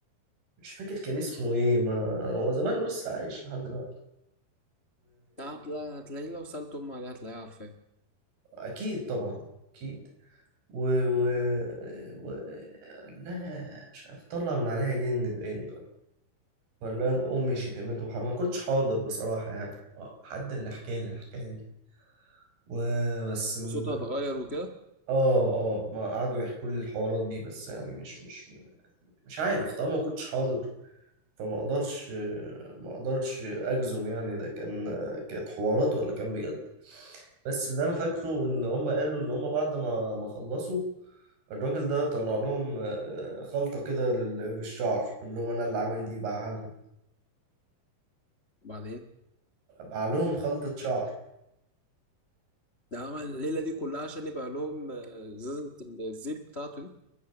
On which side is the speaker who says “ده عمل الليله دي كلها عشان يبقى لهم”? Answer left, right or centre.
Left